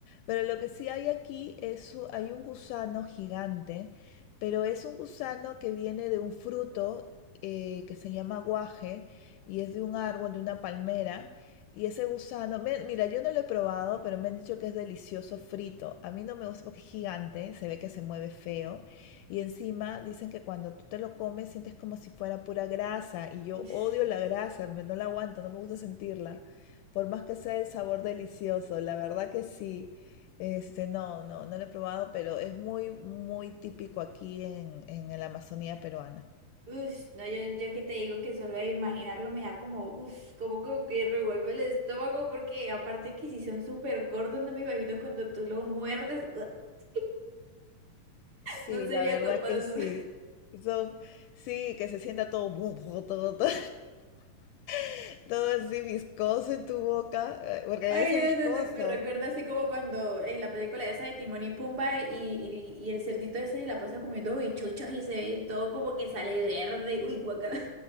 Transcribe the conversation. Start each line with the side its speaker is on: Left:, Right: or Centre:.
Left: Pero lo que sí hay aquí es, u- hay un gusano gigante, pero es un gusano que viene de un fruto eh, que se llama guaje y es de un árbol, de una palmera. Y ese gusano, me- mira, yo no lo he probado, pero me han dicho que es delicioso frito. A mí no me gusta porque es gigante, se ve que se mueve feo. Y encima dicen que cuando tú te lo comes sientes como si fuera pura grasa y yo
Right: Uf.
Left: odio la grasa, me- no la aguanto, no me gusta sentirla, por más que sea el sabor delicioso, la verdad que sí. Este, no, no, no lo he probado, pero es muy, muy típico aquí en, en la Amazonía peruana.
Right: Ush, no, yo, yo que te digo que solo de imaginarlo me da como, uff, como, como que revuelve el estómago, porque aparte que si son súper gordos, no me imagino cuando tú lo muerdes, <laughs>
Left: Sí,
Right: no sería
Left: la verdad
Right: capaz,
Left: que
Right: no.
Left: sí.
Right: <laughs>
Left: Son, sí, que se sienta todo, bu- bu- todo, todo, <laughs> todo así viscoso en tu boca, eh, porque
Right: Ay,
Left: debe ser viscoso.
Right: no, no, no, me recuerda así como cuando en la película esa de Timón y Pumba y, y, y el cerdito ese se la pasa comiendo bichuchos y se ve todo como que sale verde, uy, guacala.